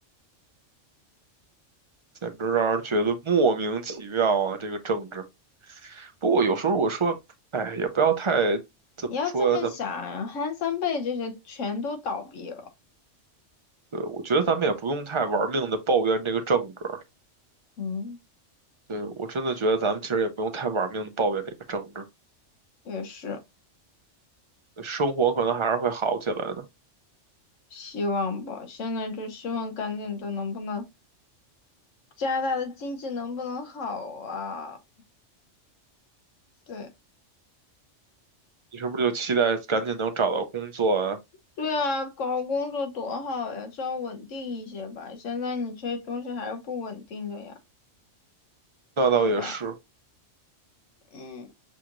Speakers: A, on the right; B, on the left.
A: <laughs> 简直让人觉得莫名其妙啊！这个政治。不过有时候我说，哎，也不要太怎么说呀，
B: 你要这么想啊，
A: 咱们
B: 汉森贝这些全都倒闭了，
A: 对我觉得咱们也不用太玩命的抱怨这个政治。
B: 嗯，
A: 对我真的觉得咱们其实也不用太玩命的抱怨这个政治，
B: 也是，
A: 呃生活可能还是会好起来的。
B: 希望吧。现在就希望赶紧的，能不能加拿大的经济能不能好啊？对，
A: 你是不是就期待赶紧能找到工作啊？
B: 对啊，搞工作多好呀，至少稳定一些吧。现在你这些东西还是不稳定的呀，
A: 那倒也是，
B: 对吧？嗯，